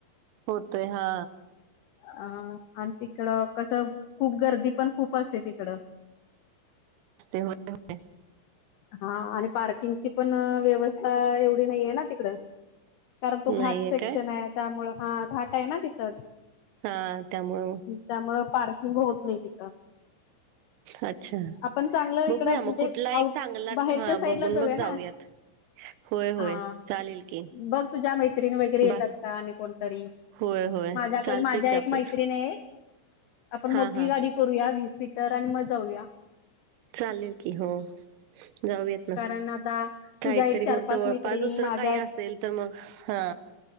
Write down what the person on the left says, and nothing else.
अ आणि तिकडं कसं खूप गर्दी पण खूप असते तिकडं
हा आणि पार्किंगची पण व्यवस्था एवढी नाहीे ना तिकड कारण तो
घाट सेक्शन
आहे त्यामु हा घाट आहे ना तिथं
त्यामुळे पार्किंग होत नाही तिथं
आपण चांगलं इकड
म्हणजे
आऊट
बाहेरच्या
साईड
ला जाऊया
ना
हा
बघ तुझ्या मैत्रिणी वगैरे येतात
का आणि कोण त
माझ्याकड
माझ्या
एक
मैत्रिणी आहे आपण
मोठी
गाडी करूया वीस सीटर आणि मग जाऊया
कारण आता तुझ्या
एक चार
पाच
मैत्रिणी
माझ्या
एक